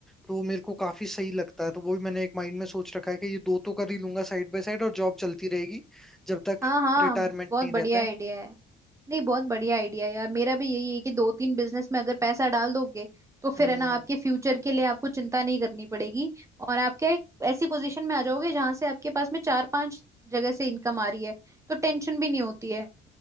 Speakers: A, in the centre; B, on the right.
A: तो वो मेरे को काफी सही लगता है तो वो भी मैंने एक माइंड में सोच रखा है कि ये दो तो कर ही लूंगा साइड बाय साइड और जॉब चलती रहेगी जब तक
B: हाँ हाँ
A: रिटायरमेंट
B: बहुत
A: नहीं
B: बढ़िया
A: रहता है
B: आइडिया है नहीं बहुत बढ़िया आइडिया है यार मेरा भी यही है कि दो तीन बिजनेस में अगर पैसा डाल दोगे तो फिर
A: हम्म
B: है ना आपके फ्यूचर के लिए आपको चिंता नहीं करनी पड़ेगी और आप क्या एक ऐसी पोजीशन में आ जाओगे जहां से आपके पास में चार पांच जगह से इनकम आ रही है तो टेंशन भी नहीं होती है